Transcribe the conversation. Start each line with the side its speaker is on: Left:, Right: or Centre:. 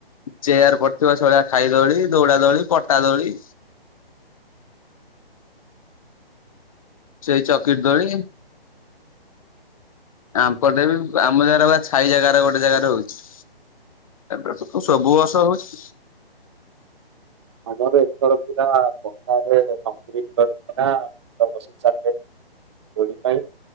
Left: ଚେୟାର ପଡିଥିବା ଶେଇଭଳିଆ ଖାଇ ଦୋଳି ଦୌଡା ଦୋଳି ପଟା ଦୋଳି। ସେଇ ଚକିରି ଦୋଳି। ଆମପଟେ ବି ଆମ ଜାଗାରେ ବା ଛାଇ ଜାଗାରେ ଗୋଟେ ଜାଗାରେ ହଉଛି। ଏବେ ତ ସବୁ ବର୍ଷ ହଉଛି।
Right: ଆମର ଏପଟେ ପୁରା ହାଟ। ରେ ଅଙ୍କୁରି <unintelligible> ଚାକେରି ଦୋଳି ପାଇଁ।